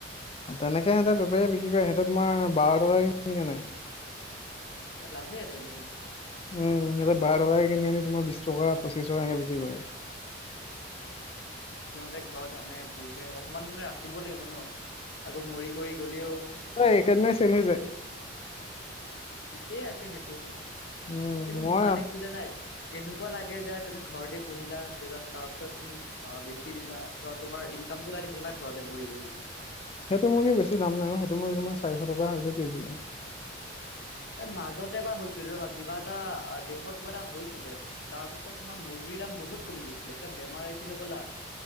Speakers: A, on the left; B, on the left.
A: তেনেকে সহঁতে বেপাৰীয়ে বিক্ৰী কৰে সিহঁতে তোমাৰ বাৰ টকাকে কিনি আনে।
B: লাভে আছে দেখোন।
A: উম, সিহঁতে বাৰ টকাকে কিনি আনি তোমাৰ বিশ টকা পঁচিশ টকাকে বিক্ৰী কৰে।
B: সিহঁতে ঘৰত আনে, পোহে অকমান মানে ৰাখিব লাগিব ন'। আকৌ মৰি কৰি গ'লেও
A: নাই চেল হৈ যায়।
B: ঠিকে আছে সেইটো,
A: উম,
B: কিন্তু
A: মই
B: মানে কি জানাই এনেকুৱা লাগে যে তুমি ঘৰতে পঢ়িলা, তাৰ পিছত তুমি অ', বেছি দিলা তোমাৰ ইনকাম টো উলাই থাকিল না, ঘৰতে বহি- বহি।
A: সেইটো মূৰ্গী বেছি দাম নাই অ, সেইটো মূৰ্গী মই চাৰিশ টকা হৈ গৈ কেজি আৰু।
B: মাজতে এবাৰ হৈছিল ৰ'বা। কিবা এটা দেশত কিবা এটা হৈছিলে। তাৰপিছত তোমাৰ মুৰ্গীৰ দাম বহুত কমি গৈছিলে। এটা বেমাৰ আহিছিলে হ'বলা।